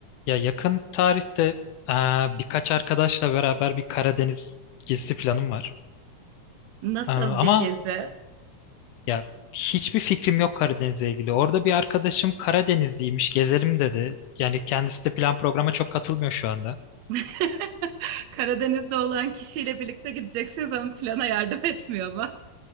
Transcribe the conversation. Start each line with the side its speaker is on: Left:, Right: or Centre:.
Left: Ya yakın tarihte eee, birkaç arkadaşla beraber bir Karadeniz gezisi planım var.
Right: Nasıl
Left: Eee, ama
Right: bir gezi?
Left: ya hiçbir fikrim yok Karadeniz'le ilgili. Orada bir arkadaşım Karadenizliymiş, gezelim dedi. Yani kendisi de plan programa çok katılmıyor şu anda.
Right: <laughs> Karadeniz'de olan kişiyle birlikte gideceksiniz ama plana yardım <laughs> etmiyor mu?